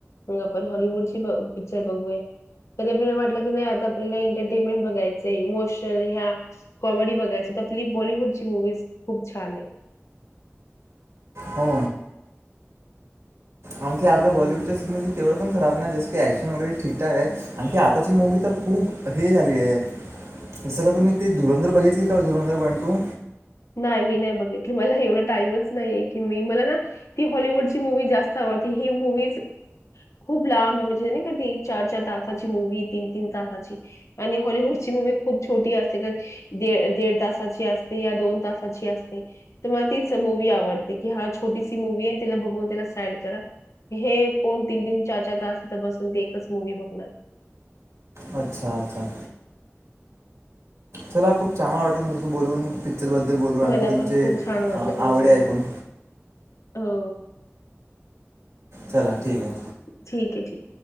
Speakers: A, on the left; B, on the right.
A: मग आपण हॉलिवूड ची ब पिक्चर बघूया, कधी आपल्याला वाटलं की नाही आता आपल्याला एंटरटेनमेंट बघायचय, इमोशनल ह्या कॉमेडी बघायचं तर आपली बॉलिवूडची मुव्हीज खूप छान आहेत.
B: हो. आणखी आपल्या
A: हो.
B: बॉलीवूडच्या सीन मध्ये तेवढं पण खराब नाही जसं की ऍक्शन वगैरे ठीकठाक आहे, आन ती आताची मूवी तर खूप हे आली आहे. जसं का तुम्ही ते धुरंधर बघितली का धुरंधर वन टू?
A: नाही मी नाही बघितली, मला एवढा टाईमच नाहीए की मी मला ना ती हॉलवूडची मूवी जास्त आ वती ही मूवीज खूप लांब म्हणजे नाय का ते चार चार तासाची मूवी तीन तीन तासाची आणि हॉलिवूडची मूवी खूप छोटी असते, का दि दीड तासाची असते या दोन तासाची असते, तर मला तीच मुवी आवडते, की हा छोटीशी मूवी आहे तिला बघून तिला साईड करा. हे कोण तीन तीन चार चार तास तिथं बसून ते एकच मुवी बघणार?
B: अच्छा अच्छा. चला खूप चांगला वाटलं तुमच्याशी बोलून. पिक्चरबद्दल बोलून आणखी
A: मला
B: तुमचे
A: पण खूप छान वाटलं
B: आवडे
A: तुमचं
B: ऐकून.
A: हो.
B: चला ठीक आहे
A: ठीक आहे ठीक